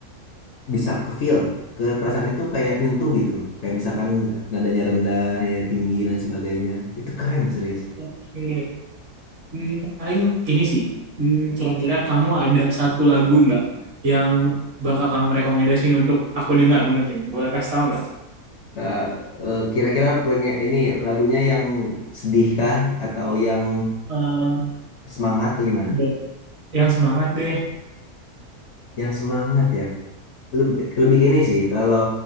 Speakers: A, on the left; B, on the right.
A: bisa ke feel, ke perasaan itu kayak nyentuh gitu loh. Kayak misalkan nadanya rendah, nadanya tinggi dan sebagainya. Itu keren serius.
B: Oke. Hmm, paling ini sih, hmm, kira-kira kamu ada satu lagu nggak yang bakal kamu rekomendasiin untuk aku dengar mungkin? Boleh kasih tahu nggak?
A: Eh, eh, Kira-kira pengen ini lagunya yang sedih kah atau yang
B: Eh,
A: semangat atau gimana?
B: de- yang semangat deh.
A: Yang semangat ya. Lebih, lebih ke ini sih, kalau